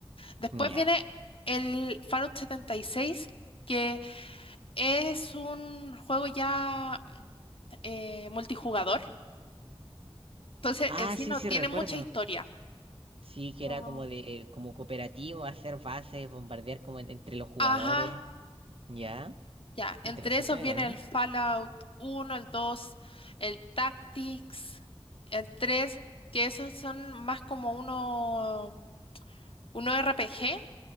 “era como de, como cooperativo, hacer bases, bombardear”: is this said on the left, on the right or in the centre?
Right